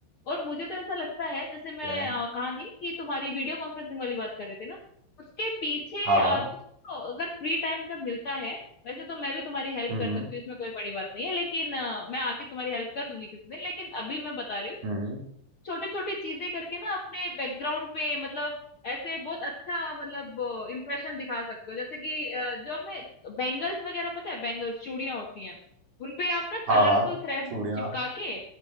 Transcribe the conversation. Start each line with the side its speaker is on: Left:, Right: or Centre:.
Left: और मुझे तो ऐसा लगता है जैसे
Right: ठीक
Left: मैं
Right: है
Left: अ, कहाँ थी कि तुम्हारी वीडियो कॉन्फ्रेंसिंग वाली बात कर रहे थे ना उसके पीछे
Right: हाँ
Left: अ,
Right: हाँ
Left: तुमको अगर फ्री टाइम जब मिलता है वैसे तो मैं भी तुम्हारी हेल्प
Right: हम्म
Left: कर सकती हूँ इसमें कोई बड़ी बात नहीं है लेकिन अ, मैं आके तुम्हारी हेल्प कर दूंगी किसी दिन लेकिन अभी मैं बता रही हूँ
Right: हम्म
Left: छोटी छोटी चीजें करके ना अपने बैकग्राउंड पे मतलब ऐसे बहुत अच्छा मतलब इम्प्रेशन दिखा सकते हो जैसे कि अ, जो अपने बैंगल्स वगैरह पता है बैंगल्स चूड़ियां होती हैं उनपे आप ना कलरफुल
Right: हाँ हाँ
Left: थ्रेड
Right: चूड़ियाँ
Left: चिपका के